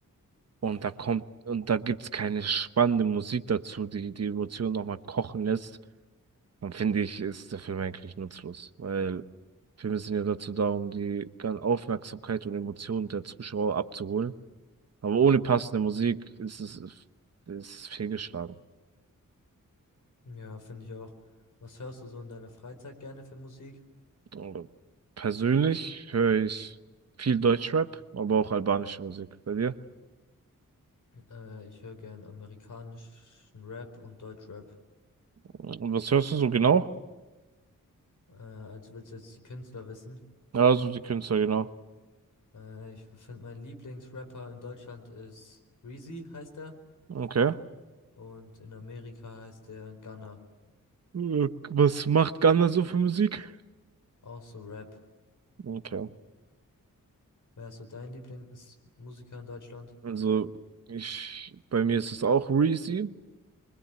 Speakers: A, on the right; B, on the left.
A: und da kommt und da gibt's keine spannende Musik dazu, die die Emotionen nochmal kochen lässt, dann finde ich, ist der Film eigentlich nutzlos. Weil Filme sind ja dazu da, um die ganze Aufmerksamkeit und Emotionen der Zuschauer abzuholen. Aber ohne passende Musik ist es ist fehlgeschlagen.
B: Ja, finde ich auch. Was hörst du so in deiner Freizeit gerne für Musik?
A: Also, Persönlich höre ich viel Deutschrap, aber auch albanische Musik. Bei dir?
B: Äh, ich höre gern amerikanischen Rap und Deutschrap.
A: Und was hörst du so genau?
B: Äh, also willst du jetzt die Künstler wissen?
A: Ja, so die Künstler, genau.
B: Äh, ich finde, mein Lieblingsrapper in Deutschland ist Reezy, heißt er.
A: Okay.
B: Und in Amerika heißt er Gunna.
A: Äh, Was macht Ghana so für Musik?
B: Auch so Rap.
A: Okay.
B: Wer ist so dein Lieblingsmusiker in Deutschland?
A: Also, ich, bei mir ist es auch Reezy,